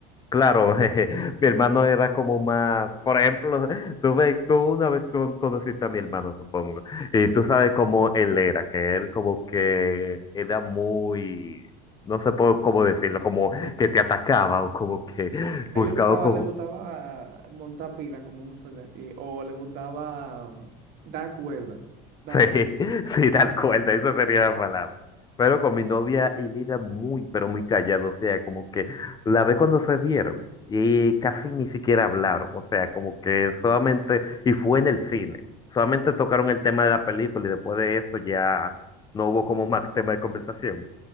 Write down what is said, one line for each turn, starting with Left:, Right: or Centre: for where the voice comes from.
Left: Claro, <laughs> jeje, mi hermano era como más, por ejemplo, <laughs> tú, ve- tú una vez con- conociste a mi hermano, supongo, y
Right: Sí.
Left: tú sabes cómo él era, que él como que era muy, no sé po- cómo decirlo, como que te atacaba o como que <laughs>
Right: A
Left: buscaba
Right: él le gustaba,
Left: como,
Right: le gustaba montar pila, como uno suele aquí, o le gustaba mm, dar cuerda, dar
Left: Sí, <laughs>
Right: cuerda.
Left: sí, tal cual, esa sería la palabra. Pero con mi novia y Lida muy, pero muy callado, o sea, como que la vez cuando se vieron y casi ni siquiera hablaron, o sea, como que solamente, y fue en el cine, solamente tocaron el tema de la película y después de eso ya no hubo como más tema de conversación.